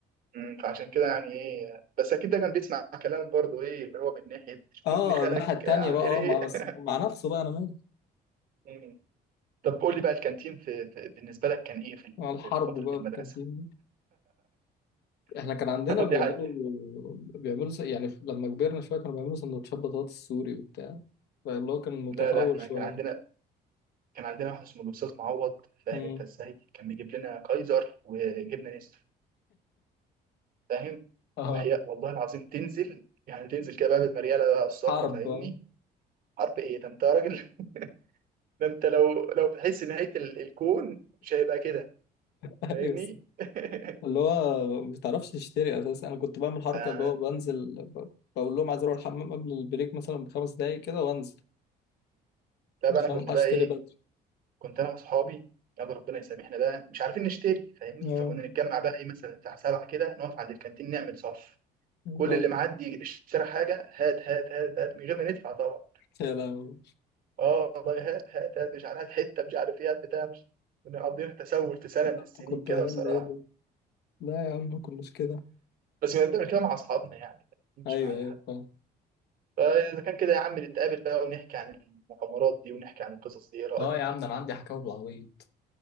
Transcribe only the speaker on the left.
اه
الناحيه التانيه
بقى اه
مع بس
مع نفسه بقى انا مالي
مع الحرب
بقى
في الكانتين
دي احنا كان عندنا بيعملوا
بيعملوا س- يعني لما كبرنا شويه كانوا بيعملوا سندوتشات بطاطس سوري وبتاع فاللي هو كان متطور
شويه
امم
اه
حرب
<laughs> آه.
ايوه
اللي هو ما بتعرفش تشتري اساسا انا كنت بعمل حركه
اللي هو بنزل ب- بقول لهم عايز اروح الحمام قبل البريك مثلا بخمس دقايق كده وانزل
عشان
الحق
اشتري
بدري
اه
اه
يا لهوي
ده
أنت كنت
عيال
ايه ده لا يا عم ما كناش كده
ايوه
ايوه
فاهم
اه يا عم ده انا عندي حكاوي بالعبيط